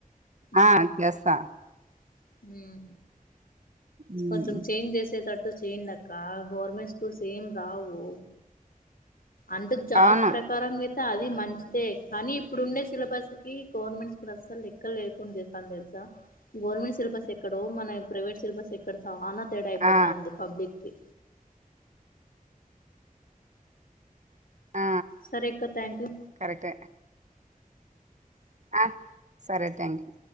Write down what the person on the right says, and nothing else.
ఆ
చేస్తా ఉమ్,
అవును
ఆ
ఆ
కరెక్ట్ ఆ సరే థ్యాంక్ యూ